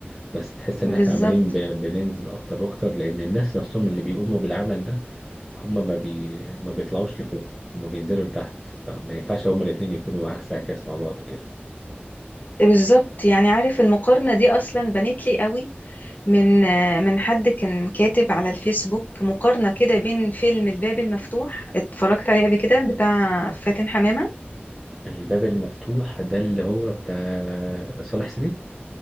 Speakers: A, in the centre; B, on the left (about 45°).
A: بس تحس ان احنا
B: بالظبط
A: عمالين ب... بننزل اكتر واكتر لان الناس نفسهم اللي بيقوموا بالعمل ده هم ما بي... ما بيطلعوش لفوق هم بينزلوا لتحت فما ينفعش هما الاتنين يكونوا عكس عكاس مع بعض كده
B: بالظبط يعني عارف المقارنة دي أصلا بنت لي قوي من من حد كان كاتب على الفيسبوك مقارنة كده بين فيلم الباب المفتوح اتفرجت عليه قبل كده بتاع فاتن حمامة
A: الباب المفتوح ده اللي هو بتاع صالح سليم